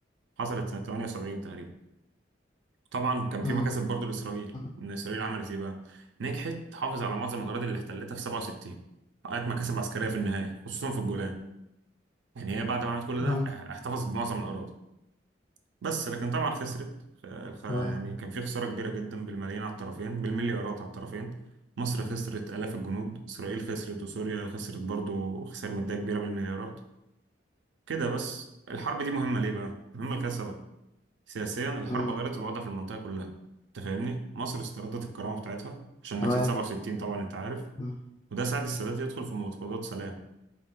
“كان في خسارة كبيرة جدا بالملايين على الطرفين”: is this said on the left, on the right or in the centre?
Right